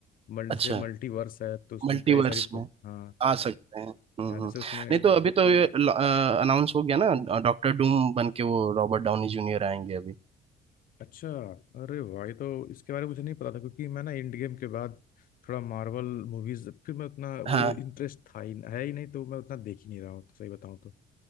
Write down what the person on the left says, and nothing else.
मल-
जैसे मल्टीवर्स है तो उसमें
कई सारी पो-
हाँ
यहाँ
जैसे उसमें
अच्छा अरे भाई तो इसके बारे में मुझे नहीं पता था क्योंकि मैं ना एंड गेम के बाद थोड़ा मार्वल मूवीज फिर मैं उतना वो
इंटरेस्ट था ही है ही नहीं तो मैं उतना देख ही नहीं रहा हूँ तो सही बताऊँ तो।